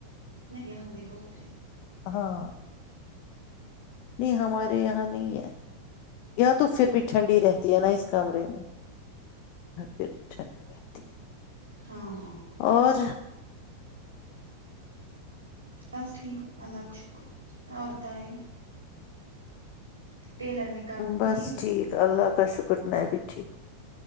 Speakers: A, on the right (about 75°); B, on the left (about 45°).
A: نہیں یہاں یہ بہت ہے
B: ہاں نہیں ہمارے یہاں نہیں ہے یا تو پھر بھی ٹھنڈی رہتی ہے نا اس کمرے میں پھر بھی ٹھنڈی رہتی ہے
A: ہاں
B: اور
A: بس ٹھیک اللہ کا شکر آپ بتائے ٹیلر نے کام
B: بس
A: دیے
B: ٹھیک اللہ کا شکر میں بھی ٹھیک ہوں